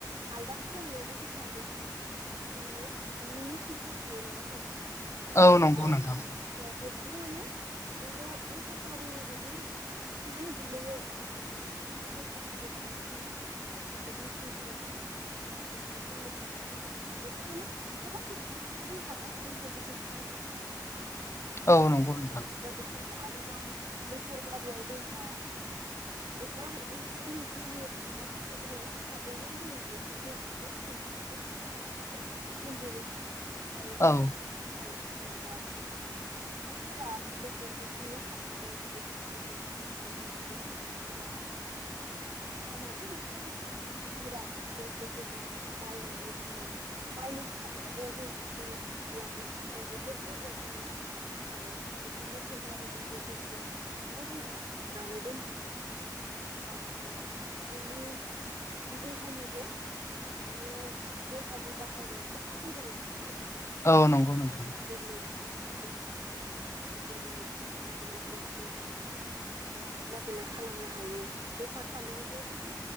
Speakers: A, on the right (about 70°); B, on the left (about 40°).
A: आलदा खालामनायावबो जोंहा बे उम खायसे ओ माने बिनि मेसिनफोर थायो नङा होमबा नोंथां बेफोर जायफोर
B: औ नंगौ
A: माने ओ
B: नोंथां
A: बेफोरबो माने इदिनो मथर गारिनि बिदि बिथिंआव गोलैयो बेफोर बेथ' मथ'र गारिआ नङा होमबा नोंथां बेफोर मेसिनफोराबोथ' बेफोर बुंनो थाङोब्ला मथर' गारि बेफोर माने गोबां बिथिंआवबो जोंहा जोंखौ हेफाजाब होयो नङा नोंथां
B: औ
A: जोंनि
B: नंगौ
A: ओ औ
B: नोंथां
A: लोगोसे सेह आरोबाव मटर गारिआव जोंहा बेफोर गो गिलिर गिलिर मुवाफोरखौ जोङो थाबैनो जोङो दैखांना लांनानै जोङो दोन्दों जायगायाव दोनहैनो हायो जायखौ
B: औ
A: औ जेनोबा जोङो सुबुंफोरा जायखौ दैखांनो हायो जाय गिलिर बुस्थुखौ बा मुवा बेसादानो जा बस्था बा माबा मोनसे जिराद जायखौ जोङो बायनानै जोङो बायनो हाब्लाबाबो जों बेखौ लांनो थाखाय जोबोद गोब्राब जायो नाथाय बेखौ मटर गारिनि गेजेरजों ना जोङो लांनानै दोनहैनो हायो जेरावहाय सुबुंनि देहानिबो माने देहानि बाहाय बाहायनायाबो खम जायो नङा होमबा नोंथां
B: औ नोंगौ नोंथां
A: गोरलैयैनो जों देहानि जेबो जेंना गोलैया लासे जोङो लांलाय लाबोलाय खालामनो हायो बेफार फालांगिआव जोबोद